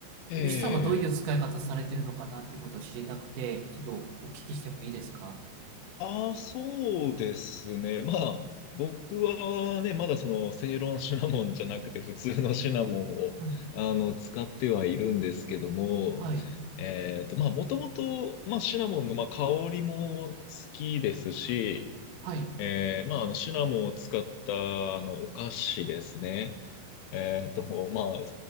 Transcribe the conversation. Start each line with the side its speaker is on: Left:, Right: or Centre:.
Left: ええ
Right: ヨシさんはどういう使い方されてるのかなってことを知りたくて、ちょっとお聞きしてもいいですか
Left: ああ、そうですね。まあ、僕はね、まだその、正論シナモンじゃなくて、普通のシナモンを、
Right: はい。
Left: あの、使ってはいるんですけども、
Right: はい。
Left: えっと、まあ、もともと、まあ、シナモンの、まあ、香りも好きですし、
Right: はい。
Left: ええまあ、あの、シナモンを使った、あの、お菓子ですね。えーっと、まあ、